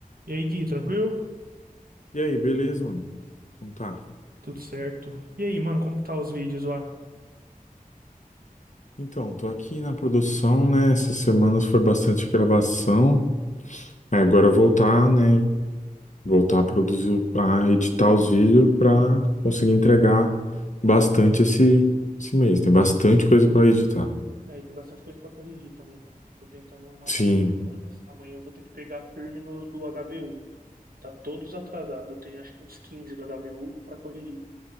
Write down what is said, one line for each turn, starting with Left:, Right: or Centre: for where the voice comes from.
Right: E aí, Gui, tranquilo?
Left: E aí, beleza, mano? Então tá.
Right: Tudo certo. E aí, mano, como que tá os vídeos lá?
Left: Então, tô aqui na produção, né? Essas semanas foi bastante gravação. Aí agora voltar, né? Voltar a produzir, o- a editar os vídeos pra conseguir entregar bastante esse, esse mês. Tem bastante coisa pra editar.
Right: Aí tem bastante coisa para corrigir também, né? Eu tô tentando matar
Left: Sim,
Right: as demandas. Amanhã eu vou ter que pegar firme nos do HBU. Tá todos atrasados. Eu tenho acho que uns 15 do HBU para corrigir.